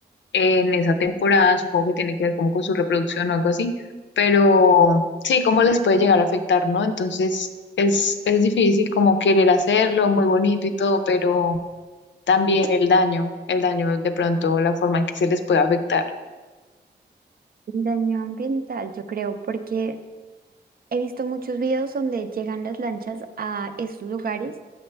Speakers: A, on the left (about 85°); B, on the right (about 55°).
A: en esa temporada, supongo que tiene que ver como con su reproducción o algo así, pero sí, cómo les puede llegar a afectar, ¿no? Entonces es, es difícil como querer hacerlo, muy bonito y todo, pero también el daño, el daño de pronto, la forma en que se les puede afectar.
B: El daño ambiental, yo creo, porque He visto muchos videos donde llegan las lanchas a esos lugares